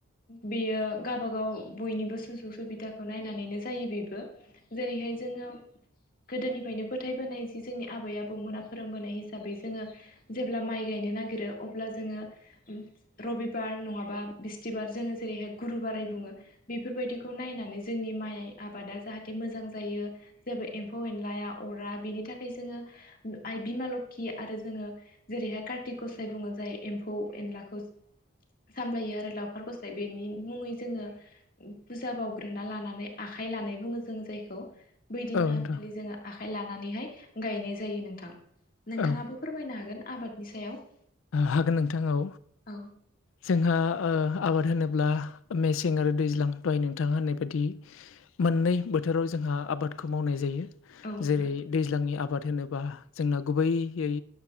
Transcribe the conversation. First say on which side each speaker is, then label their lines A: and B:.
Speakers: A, on the left; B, on the left.
A: बेयो गावाबागाव बयनिबो सुजुग सुबिदाखौ नायनानैनो जायो बेबो जेरैहाय जोङो गोदोनिफ्रायनो फोथायबोनाय जि जोंनि आबै- आबौमोना फोरोंबोनाय हिसाबै जोङो जेब्ला माइ गायनो न नागिरो अब्ला जोङो रबिबार नङाबा बिस्थिबार जोङो जेरैहाय गुरु बाराय बु ङो बेफोरबायदिखौ नायनानै जोंनि माइ आबादा जाहाथे मोजां जायो जेबो एम्फौ-एनलाया अरा बिनि थाखाय जोङो आइ बिमा लोखि आरो जोङो जेरैहाय कार्तिक गसाइ बुङो जायो एम्फौ-एनलाखौ सामलायो आरो लावखार गस्लाय बेनि मुङै जोङो बुजा बाउग्रोना लानानै आखाइ लानाय बुङो जों जायखौ। बैदिनाखालि
B: औ नोंथां
A: जोङो आ आय लानानैहाय गायनाय जायो नोंथां। नोंथाङाबो
B: औ
A: फोरमायनो हागोन आबादनि सायाव।
B: हागोन नोंथां औ।
A: औ
B: जोंहा ओ आबाद होनोब ब्ला मेसें आरो दैज्लां दाहाय नोंथां होननाय बायदि मोननै बोथोराव जोंहा आबाद आबादखौ मावनाय जायो।
A: औ
B: जेरै
A: नोंथां
B: दैजांनि आबाद होनोबा जोंना गुबैयै